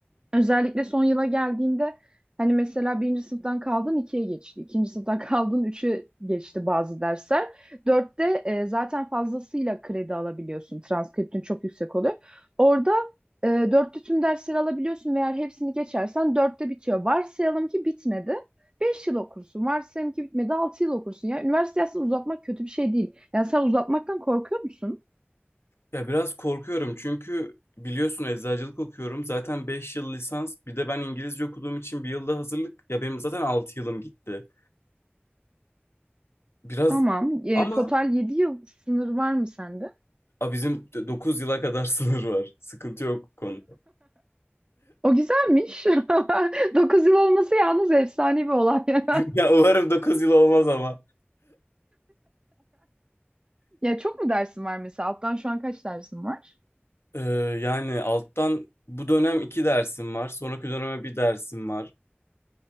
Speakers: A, on the right; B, on the left.
A: Özellikle son yıla geldiğinde hani mesela birinci sınıftan kaldın ikiye geçti. ikinci sınıftan <laughs> kaldın üçe geçti bazı dersler. Dörtte e, zaten fazlasıyla kredi alabiliyorsun. Transkriptin çok yüksek oluyor. Orada e, dörtte tüm dersleri alabiliyorsun ve eğer hepsini geçersen dörtte bitiyor. Varsayalım ki bitmedi. Beş yıl okursun. Varsayalım ki bitmedi. Altı yıl okursun. Ya üniversite aslında uzatmak kötü bir şey değil. Yani sen uzatmaktan korkuyor musun?
B: Ya biraz korkuyorum çünkü biliyorsun eczacılık okuyorum. Zaten 5 yıl lisans bir de ben İngilizce okuduğum için bir yılda hazırlık. Ya benim zaten 6 yılım gitti. Biraz
A: Tamam. E,
B: ama
A: total yedi yıl sınır var mı sende?
B: a, bizim 9 yıla kadar <laughs> sınır var. Sıkıntı yok bu konuda. <laughs>
A: O güzelmiş. <laughs> 9 yıl olması yalnız efsane bir olay. <laughs>
B: Ya umarım 9 yıl olmaz ama.
A: Ya çok mu dersin var mesela? Alttan şu an kaç dersin var?
B: Ee, yani alttan bu dönem 2 dersim var. Sonraki döneme bir dersim var.